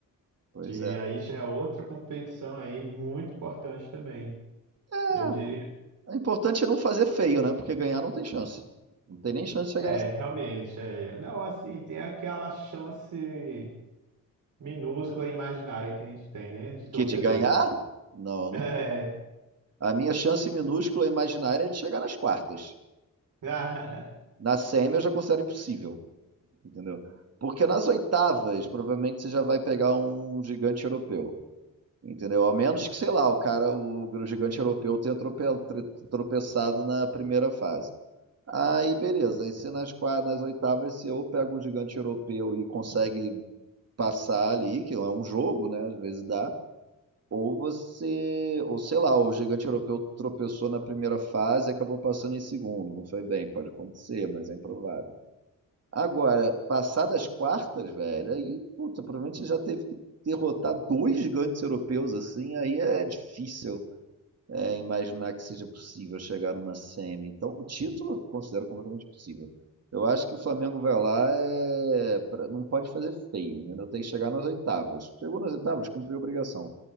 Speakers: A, on the right; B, on the right.
A: Pois
B: Que
A: é.
B: aí já é outra competição aí muito importante também.
A: É,
B: Eu diria,
A: O importante é não fazer feio, né? Porque ganhar não tem chance. Não tem nem chance de chegar
B: é,
A: nas.
B: realmente, é. Não, assim, tem aquela chance minúscula e imaginária que a gente tem, né, de torcedor.
A: Que de ganhar? Não,
B: É.
A: não tem. A minha chance minúscula imaginária é de chegar nas quartas.
B: <laughs>
A: Na semi eu já considero impossível, entendeu? Porque nas oitavas, provavelmente você já vai pegar um gigante europeu, entendeu? A menos que, sei lá, o cara, o, o gigante europeu tenha trope, tre- tropeçado na primeira fase. Aí, beleza. Aí, se nas, qua- nas oitavas, se eu pego um gigante europeu e consegue passar ali, que é um jogo, né? Às vezes dá. Ou você, ou sei lá, o gigante europeu tropeçou na primeira fase e acabou passando em segundo. Não foi bem, pode acontecer, mas é improvável. Agora, passar das quartas, velho, aí, puta, provavelmente já teve que derrotar dois gigantes europeus assim, aí é difícil é, imaginar que seja possível chegar numa semi. Então, o título eu considero completamente possível. Eu acho que o Flamengo vai lá, é, pra- não pode fazer feio, né? Tem que chegar nas oitavas. Chegou nas oitavas, cumpriu a obrigação.